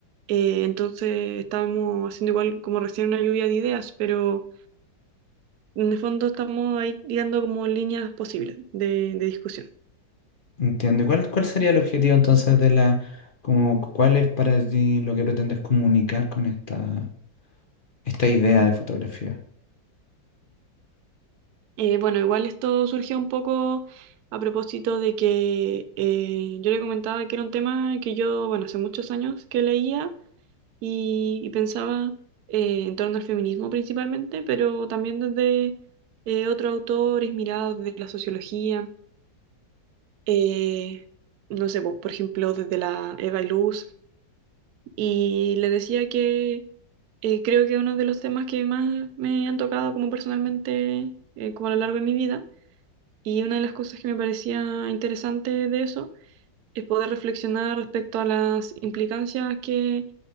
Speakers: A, on the right; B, on the left.
A: Eh, entonces estábamos haciendo igual como recién una lluvia de ideas, pero en el fondo estamos ahí tirando como líneas posibles de, de discusión.
B: Entiendo. ¿Y ¿Cuál, cuál sería el objetivo entonces de la, como, cuál es para ti lo que pretendes comunicar con esta, esta idea de fotografía?
A: Eh, bueno, igual esto surgió un poco a propósito de que eh, yo le comentaba que era un tema que yo, bueno, hace muchos años que leía y, y pensaba eh, en torno al feminismo principalmente, pero también desde eh, otros autores mirados desde la sociología, eh, no sé, po- por ejemplo, desde la Eva y Luz. Y le decía que eh, creo que uno de los temas que más me han tocado como personalmente, eh, como a lo largo de mi vida, y una de las cosas que me parecía interesante de eso, es poder reflexionar respecto a las implicancias que